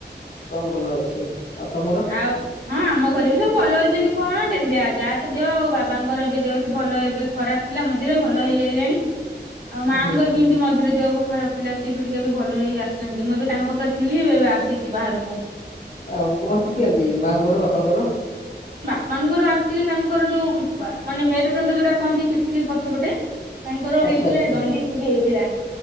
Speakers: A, on the left (about 45°); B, on the right (about 55°).
A: ସବୁ ଭଲ ଅଛି ଆଉ ତମର
B: ଆଉ ହଁ ଆମ ଘରେ ବି ସବୁ ଭଲ ଅଛନ୍ତି। କଣଟି ଦେଆ ଯାହା ତ ଦେହ ଆଉ ବାବାଙ୍କର ଏବେ ଦେହ ଏତେ ଭଲ ଏବେ ଖରାପ ଥିଲା ମଝିରେ ଭଲ ହେଇଆଇଲାଣି ଆଉ ମାଆଙ୍କର
A: ହୁଁ
B: ବି ଇନ୍ତି ମଝିରେ ଦେହ ଭୋ ଖରାପ ଥିଲା। ସିଏ ବି ଟିକେ ଏବେ ଭଲ ହେଇ ଆସିଛନ୍ତି ମୁଁ ଏବେ ତାଙ୍କ ପାଖରେ ଥିଲି ଏବେ ଏବେ ଆସିଚି ବାହାରୁକୁ।
A: ଆଉ କଣ ହେଇଥିଲା କି ମାଆଙ୍କର ବାପାଙ୍କର।
B: ବାପାଙ୍କର ଆକ୍ଚୋଲି ତାଙ୍କର ଯୋଉ ବା ମାନେ ମେରୁଡଣ୍ଡ ଯୋଉଟା କହନ୍ତି ପିଠି ପଛପଟେ। ତାଙ୍କର ହେଇଥିଲା
A: ଆଚ୍ଛା ଆଚ୍ଛା
B: ଡଣ୍ଡିସ୍ ହେଇଯାଇଥିଲା